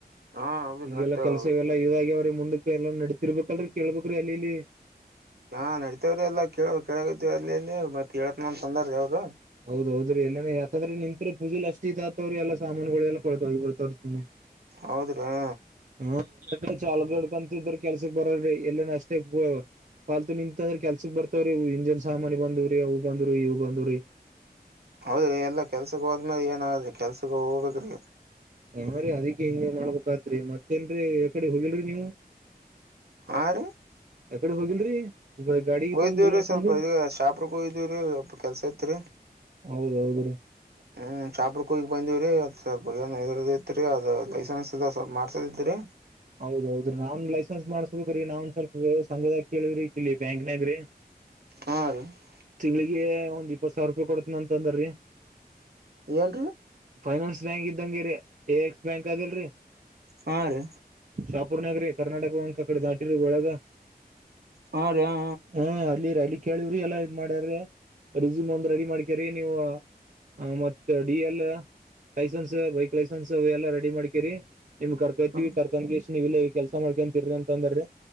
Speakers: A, on the right (about 75°); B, on the right (about 50°).
A: ಹಾ ಹೌದ್ರಿ
B: <inaudible> ಈಗೆಲ್ಲಾ
A: ನಡ್ತೇವ್
B: ಕೆಲ್ಸ
A: ಹೌದ್ರಿ
B: ಇವೆಲ್ಲ ಇದಾಗ್ಯ ಅವ್ರೀ ಮುಂದಕ್ಕೆ ಎಲ್ಲಾ ನಡತಿರ್ಬೇಕಲ್ರೀ ಕೇಳ್ಬೇಕ್ರಿ ಅಲ್ಲಿ ಇಲ್ಲಿ.......
A: ಹಾ ನಡಿತತವ್ರಿ ಎಲ್ಲ ಕೇಳ್ ಕೇಳ ಅಲ್ಲಿಲ್ಲಿ ಮತ್ತತ್ ಹೇಳತ್ ತಂದಾರೀ ಅವ್ರು....
B: ಹೌದೌದ್ರ ಎಲ್ಲನೆ ಯಾಕಂದ್ರ ನಿಂತ್ ಪೂಜಲಿ ಅಷ್ಟ ಇತತ್ವ್ರ ಎಲ್ಲ ಸಾಮಾನುಗಳೆಲ್ಲ ಕೋಲ್ತಹೋಗ್ಬಿಡುತ್ತೆ........ ತೋರಿಸ್ತೀನಿ.....
A: ಹೌದ್ರಿ ಹಾ
B: ಹ ಎಲ್ಲ ಚಾಲ್ಗಡ್ ಕಂತಿದ್ರ ಕೆಲ್ಸಕ್ ಬರ್ರರಿ ಎಲ್ಲನ ಅಷ್ಟೇ... ಪಾಲ್ತು ನಿಂತಂದ್ರೆ ಕೆಲ್ಸಕ್ ಬರ್ತಾವ್ರೀ ಇಂಜನ್ ಸಾಮಾನನ್ ಬಂದವ್ರಿ ಅವು ಬಂದುವ್ರಿ ಇವು ಬಂದುವ್ರಿ....
A: ಹೌದ್ರಿ ಎಲ್ಲಾ ಕೆಲ್ಸಕ್ ಹೋದ್ಮೇಲೆ ಏನ್ ಆದ್ರೆ ಕೆಲ್ಸಕ್ ಹೋಗ್ಬೇಕ್ರೀ.....
B: ಹಾ ರೀ ಅದಿ ಹೆಂಗ ಹೆಂಗ ಮಾಡಬೇಕಾದ್ರಿ ಮತ್ತೇನ್ರೀ ಯ ಕಡೆ ಹೋಗಿಲ್ರರಿ ನೀವು....
A: ಹ ರೀ....
B: ಯಕಡೆ ಹೋಗಿಲ್ರಿ..... ಗಾಡಿ
A: ಹೋಯ್ದೀವ್ರಿ
B: ತಗೊಂಡ್ ಬುಲರ್
A: ಸ್ವಲ್ಪ
B: ತಂದು
A: ಇದ ಶಾಪ್ರ ಹೋಯ್ದೀವ್ರಿ ಸ್ವಲ್ಪ ಕೆಲ್ಸ ಇತ್ತ ರಿ
B: ಹೌದೌದ್ರಿ
A: ಹ್ಮ್, ಶಾಪುರುಕ ಹೋಗಿ ಬಂದಿವಿರಿ ಅದ್ ಸ್ವಲ್ಪ ಏದ ಇತ್ರಿ ಅದ ಲೈಸೆನ್ಸ್ದ ಸ್ವಲ್ಪ ಮಾಡ್ಸದಿತ್ರಿ.
B: ಹೌದೌದ್ರಿ, ನಾನ್ ಲೈಸೆನ್ಸ್ ಮಾಡ್ಸ್ಬೇಕ್ರಿ ನಾವನ್ ಸ್ವಲ್ಪ ಸಂಘದ ಕೇಳವ್ರಿ ಕಿಲ್ಲಿ ಬ್ಯಾಂಕ್ನಾಗ್ರಿ ಹ <inaudible>
A: ಹಾದು <unintelligible>
B: ತಿಂಗ್ಳಿಗೆ ಒಂದ್ ಇಪ್ಪತ್ ಸಾವಿರ ರೂಪಾಯಿ ಕೊಡತನ ಅಂತ ಅಂದ್ರಿ
A: ಏನ್ರಿ
B: ಫೈನಾನ್ಸ್ ಬ್ಯಾಂಕ್ ಇದ್ದಂಗೆರಿ ಎ, ಎಕ್ಸ್ ಬ್ಯಾಂಕ್ ಅದಲ್ರಿ
A: ಹಾ, ರೀ
B: ಶಾಪೂರ್ದಗರಿ ಕರ್ನಾಟಕ ಬ್ಯಾಂಕ್ ಕಡೆ ದಾಟಿ ಬೆಳಗದ <unintelligible>
A: ಹಾ ರೀ ಹಾ
B: ಹ್ಮ್, ಅಲ್ಲಿರಿ ಅಲ್ಲಿ ಕೇಳವ್ರಿ ಎಲ್ಲಾ ಇದ್ ಮಾಡ್ಯ್ರಿ ರಿಸ್ಯೂಮ್ ಒಂದ್ ರೆಡಿ ಮಾಡ್ಕ್ಯ್ರಿ ನೀವು ಹ್ಮ್, ಮತ್ತ D, L licence bike, licence ಎಲ್ಲಾ ರೆಡಿ ಮಾಡ್ಕೀರಿ. ನಿಮ್ ಕರ್ಕತಿವಿ
A: ಹಾ
B: ಕರ್ಕೊಂಡ ಗೆಸಿಂದ ನೀವ ಇಲ್ಲ ಕೆಲ್ಸ ಮಾಡ್ಕೊಂತೀರಿಅಂತ ಅಂದ್ ರಿ.